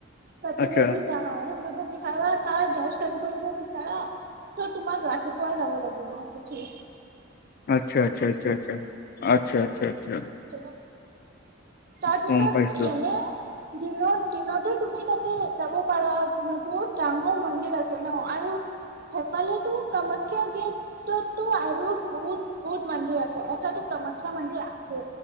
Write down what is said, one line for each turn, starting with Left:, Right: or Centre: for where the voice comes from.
Right: তাতে
Left: আচ্ছা
Right: যদি যা যাব বিচাৰা তাৰ দৰ্শন কৰিব বিচাৰা ত তোমাক ৰাতিপুৱা যাব লাগিব ম উঠি
Left: আচ্ছা, আচ্ছা, আচ্ছা, আচ্ছা আচ্ছা। আচ্ছা
Right: অঁ তাৰপিছত
Left: গম পাইছো
Right: এনে দিনৰ দিনতো তুমি তাতে যাব পাৰা, তোমাৰ বহুত ডাঙৰ মন্দিৰ আছে ন আৰু সেইফালেটো কামাখ্যা গেটতো আৰু বহুত বহুত মন্দিৰ আছে এটাটো কামাখ্যা মন্দিৰ আছে